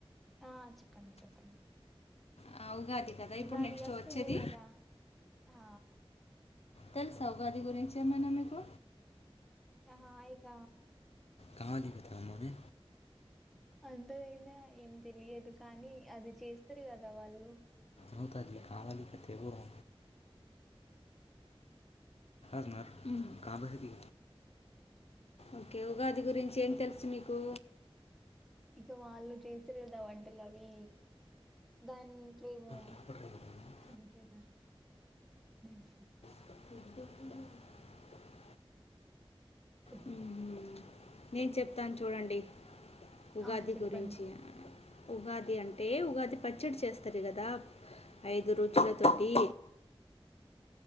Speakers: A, in the centre; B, on the left.
A: ఆ చెప్పండి చెప్పండి
B: ఆ, ఉగాది కదా
A: ఉగాది
B: ఇప్పుడు నెక్స్ట్
A: వస్తుంది
B: వచ్చేది
A: కదా ఆ
B: తెలుసావుగాది గురించి ఏమైనా మీకు
A: అహా ఇక
B: కాదిక తమోనే
A: అంత అైందా ఏం తెలియదు కానీ అది చేస్తారు కదా వాళ్ళు
B: అవుతాది లే కావాలికితేవో రా <unintelligible> కాబట్టి ఓకే ఉగాది గురించి ఏం తెలుసు మీకు
A: ఇంక వాళ్ళు చేస్తరు కదా వంటలు అవి దనికేమో
B: కాపాడలేదు
A: అందుకే <unintelligible>
B: <unintelligible>
A: అఓహ
B: మ్మ్. నేను చెప్తాను చూడండి ఉగాది
A: ఆ చెప్పండి
B: గురించి ఉగాది అంటే ఉగాది పచ్చడి చేస్తారు కదా ఐదు రుచులతోటి